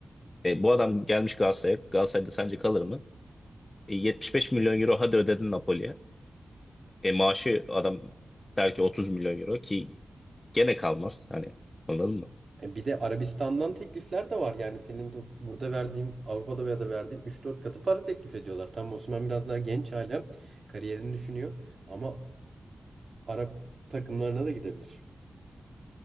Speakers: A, on the left; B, on the right.
A: E, bu adam gelmiş Galatasaray'a. Galatasaray'da sence kalır mı? E, 75 milyon euro hadi ödedin Napoli'ye. E, maaşı adam der ki 30 milyon euro ki gene kalmaz. Hani anladın mı?
B: e, bir de Arabistan'dan teklifler de var. Yani senin bu- burada verdiğin Avrupa'da veya da verdiğin üç dört katı para teklif ediyorlar. Tam Osimhen biraz daha genç hala. Kariyerini düşünüyor. Ama Arap takımlarına da gidebilir.